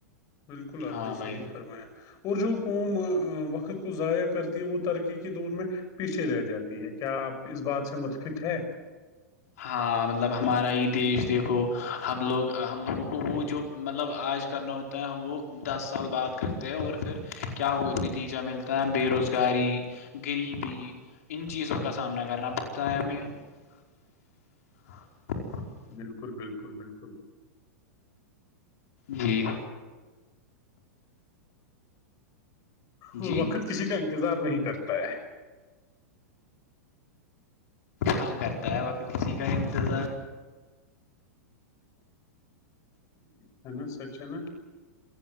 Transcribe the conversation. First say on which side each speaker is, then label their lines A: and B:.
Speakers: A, on the left (about 40°); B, on the left (about 70°).
A: بالکل آپ
B: ہاں
A: نے
B: بھائی
A: صحیح فرمایا اور جو قوم وقت کو ضائع کرتی ہے وہ ترقی کے دور میں پیچھے رہ جاتی ہے کیا آپ اس بات سے متفق ہے
B: ہاں مطلب ہمارا ہی دیش دیکھو ہم لوگ ہم لوگوں کو وہ جو مطلب آج کرنا ہوتا ہے ہم وہ دس سال بعد کرتے ہیں اور پھر کیا وہ نتیجہ ملتا بے روزگاری غریبی ان چیزوں کا سامنا کرنا پڑتا ہے ہمیں <inaudible>
A: بالکل بالکل بالکل
B: جی
A: وہ
B: جی
A: وقت کسی کا انتظار نہیں کرتا ہے
B: ہاں کرتا ہے باقی کسی کا انتظار
A: ہے نا سچ ہے نا